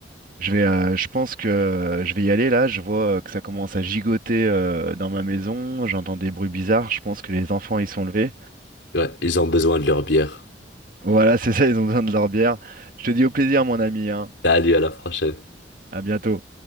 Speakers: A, on the right (about 50°); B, on the left (about 80°).
A: je vais, euh, je pense que euh, je vais y aller là. Je vois euh, que ça commence à gigoter euh, dans ma maison. J'entends des bruits bizarres. Je pense que les enfants ils sont levés.
B: ouais, ils ont besoin de leur bière.
A: Voilà, <laughs> c'est ça, ils ont besoin de leur bière. Je te dis au plaisir, mon ami, hein.
B: Salut, à la prochaine.
A: À bientôt.